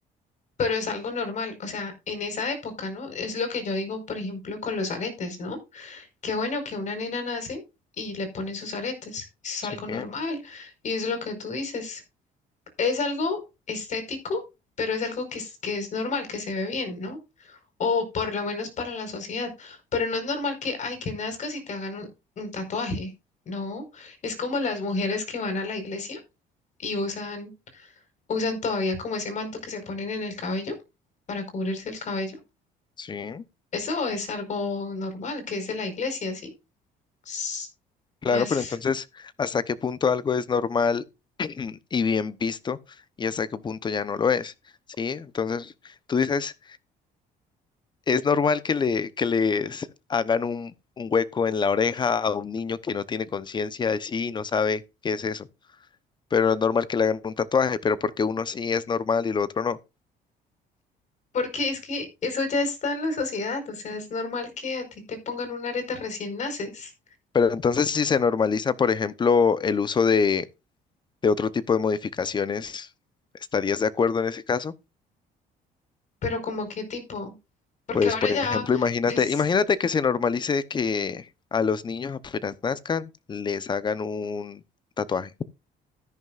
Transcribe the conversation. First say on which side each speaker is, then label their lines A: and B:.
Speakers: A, on the left; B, on the left.
A: pero es algo normal, o sea, en esa época, ¿no? Es lo que yo digo, por ejemplo, con los aretes, ¿no? Qué bueno que una nena nace y le ponen sus aretes, es
B: Sí,
A: algo normal y es lo que tú dices, es algo estético, pero es algo que es, que es normal, que se ve bien, ¿no? o por lo menos para la sociedad. Pero no es normal que, ay, que nazcas y te hagan un, un tatuaje. No, es como las mujeres que van a la iglesia y usan, usan todavía como ese manto que se ponen en el cabello para cubrirse el cabello.
B: sí.
A: Eso es algo normal, que es de la iglesia, ¿sí? S-
B: Claro,
A: Más,
B: pero entonces, ¿hasta qué punto algo es normal <clears throat> y bien visto y hasta qué punto ya no lo es? ¿Sí? Entonces, tú dices, ¿es normal que le, que les hagan un, un hueco en la oreja a un niño que no tiene conciencia de sí y no sabe qué es eso? Pero no es normal que le hagan un tatuaje, pero porque uno sí es normal y lo otro no.
A: porque es que eso ya está en la sociedad, o sea, es normal que a ti te pongan una areta recién naces,
B: Pero entonces, si se normaliza, por ejemplo, el uso de, de otro tipo de modificaciones, ¿estarías de acuerdo en ese caso?
A: pero como qué tipo, porque
B: Pues,
A: ahora
B: por
A: ya
B: ejemplo, imagínate,
A: dis-
B: imagínate que se normalice que a los niños apenas nazcan les hagan un tatuaje.